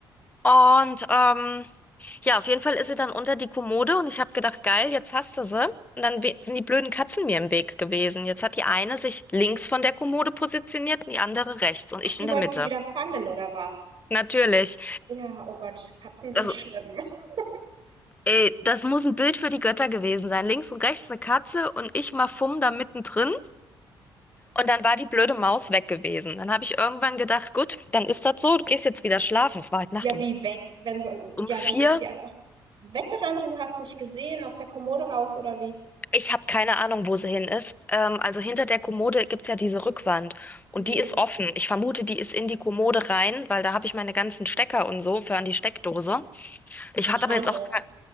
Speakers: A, on the left; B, on the right.
A: Und ähm, ja, auf jeden Fall ist sie dann unter die Kommode und ich habe gedacht, geil, jetzt hast du sie. Und dann we- sind die blöden Katzen mir im Weg gewesen. Jetzt hat die eine sich links von der Kommode positioniert und die andere rechts und
B: Ach,
A: ich
B: die
A: in
B: wollten
A: der Mitte.
B: die wieder fangen oder was?
A: Natürlich.
B: Ja, oh Gott, Katzen sind
A: Das,
B: schlimm. <laughs>
A: ey, das muss ein Bild für die Götter gewesen sein. Links und rechts eine Katze und ich mal fumm da mittendrin. Und dann war die blöde Maus weg gewesen. Dann habe ich irgendwann gedacht, gut, dann ist das so, du gehst jetzt wieder schlafen. Es war heute Nacht
B: Ja,
A: um,
B: wie weg, wenn so, ein- ja,
A: um vier.
B: wie ist die einfach weggerannt und du hast nicht gesehen, aus der Kommode raus oder wie?
A: Ich habe keine Ahnung, wo sie hin ist. Ähm, also hinter der Kommode gibt's ja diese Rückwand und
B: Mhm.
A: die ist offen. Ich vermute, die ist in die Kommode rein, weil da habe ich meine ganzen Stecker und so für an die Steckdose. Ich
B: Wahrscheinlich.
A: hatte aber jetzt auch, ke-